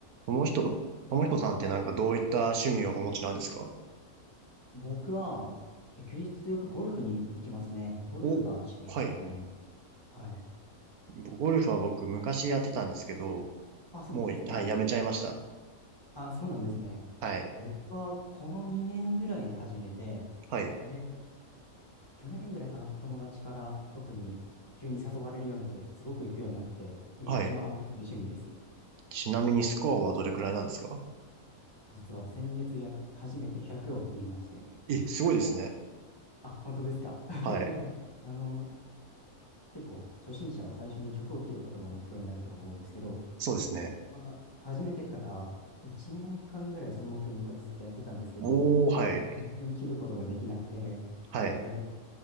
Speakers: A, on the right; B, on the left.
A: ともひと、ともひとさんってなんかどういった趣味をお持ちなんですか
B: 僕は、え休日よくゴルフに行きますね。ゴルフが趣味だと思います。
A: お、はい。
B: はい。
A: ゴルフは僕昔やってたんですけど、
B: あ、そうなんですね。
A: もう、はい、やめちゃいました。
B: あ、そうなんですね。
A: はい。
B: 僕はこの2年ぐらいで始めて、
A: はい。
B: で、去年ぐらいかな、友達から特に急に誘われるようになって、すごく行くようになって、今一番ハマってる趣味です。
A: はい。ちなみにスコアはどれくらいなんですか
B: 実は先月や、初めて100を切りまして。
A: え、すごいですね。
B: あ、本当ですか。<laughs>
A: はい。
B: あの、結構初心者は最初に100を切ることが目標になるとは思うんですけど、
A: そうですね。
B: あ始めてから1年間ぐらいその目標に向かってずっとやってたんですけど、
A: おー、はい。
B: 全然切ることができなくて、
A: はい。
B: で、